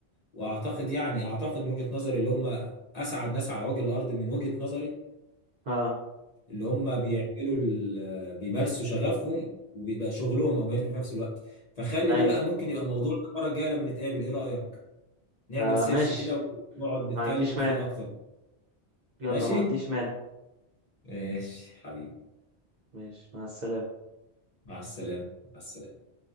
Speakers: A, on the left; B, on the right.
A: وأعتقد يعني أعتقد من وجهة نظري اللي هم أسعد ناس على وجه الأرض من وجهة نظري
B: اه
A: اللي هم بيعملوا ال- بيمارسوا شغفهم وبيبقى شغلهم أو مهنتهم في نفس الوقت فخلي
B: ايوه
A: ده بقى ممكن يبقى موضوع المرة الجاية لما نتقابل إيه رأيك؟ نعمل
B: آه
A: سيرش
B: ماشي
A: كده ونقعد نتكلم
B: ما عنديش مانع
A: فيه أكتر
B: يلا
A: ماشي؟
B: ما عنديش مانع
A: ماشي حبيبي
B: ماشي مع السلامه
A: مع السلامة مع السلامة